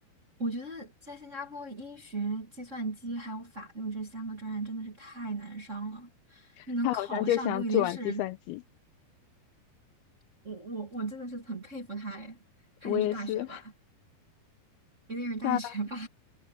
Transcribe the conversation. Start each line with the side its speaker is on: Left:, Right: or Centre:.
Right: 我觉得在新加坡，医学、计算机还有法律这三个专业真的是太难上了，
Left: <laughs>
Right: 你能考上都已经是，
Left: 他好像就想转计算机，
Right: 我我我真的是很佩服他哎，他得是大学霸，
Left: 我也是，
Right: 一定是大学霸，
Left: <laughs> 他